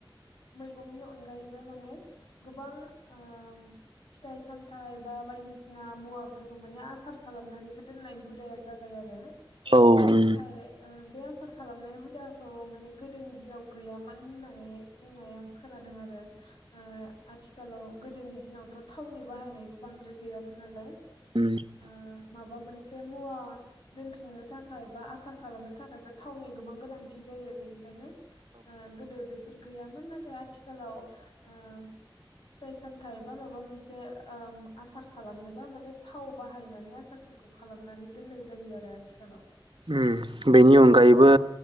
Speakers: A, on the left; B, on the right.
A: मैगंनि अनगायैबो माने गोबां अ फिथाइ सामथाइ बा बायदिसिना मुवाफोरखौ माने आसार खालामनानैबो दोननाय हुदाया जाबाय आरो
B: औ उम
A: नाथाय अ बे आसार खालामनाय हुदाखौ माने गोदोनि दिनाव गैयामोन होननानै बुंनाय आं खोनादों आरो अ आथिखालाव गोदोनि दिनावथ' थावनि बाहायनायबो बांद्राय गैयामोन नालाय
B: उम
A: अ माबा मोनसे मुवा दोनथुमनो थाखाय बा आसार खालामनो थाखायथ' थावनि गोबां गोनांथि जायो बेनिखायनो अ गोदो बेफोर गैयामोन नाथाय आथिखालाव अ फिथाइ सामथायाइ बा माबा मोनसे अ आसार खालामनोबा माने थाव बाहायनानै आसारफोरखौ खालामनानै दोननाय जायो आरो आथिखालाव
B: उम बेनि अनगायैबो